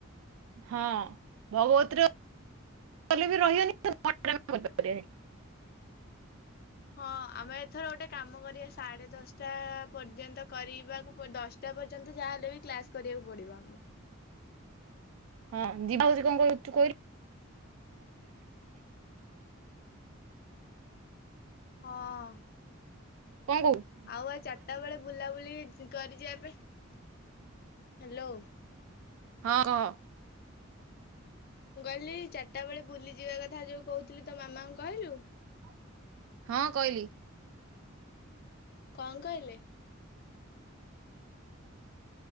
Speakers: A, on the right; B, on the left.
A: ହଁ ଭଗବତୀରେ <unintelligible> ବି ରହିବେନି। <unintelligible> <inaudible>
B: ହଁ ଆମେ ଏଥର ଗୋଟେ କାମ କରିବା ସାଢେ ଦଶଟା ପର୍ଯ୍ୟନ୍ତ କରିବାକୁ ଦଶ। ତ ପର୍ଯ୍ୟନ୍ତ ଯାହାହଲେବ ବି କ୍ଲାସ୍ କରିବାକୁ ପଡ଼ିବ ଆମକୁ।
A: ହଁ ଦିବାଛି କଣୁ କହିଲି। <unintelligible>
B: ହଁ।
A: କଣୁ। <unintelligible> <inaudible>
B: ଆଉ ଆଉ ଚାରିଟା ବେଳେ ବୁଲାବୁଲି କରିଛିିବା ପାଇଁ ହ୍ୟାଲୋ।
A: ହଁ କହ।
B: ମୁଁ କହିଲି ଚାରିଟା ବେଳେ ବୁଲିଯିବା କଥା ଯୋଉ କହୁଥିଲି ତୋ ମାମାଙ୍କୁ। କହିଲୁ
A: ହଁ କହିଲି।
B: କଁ କହିଲେ।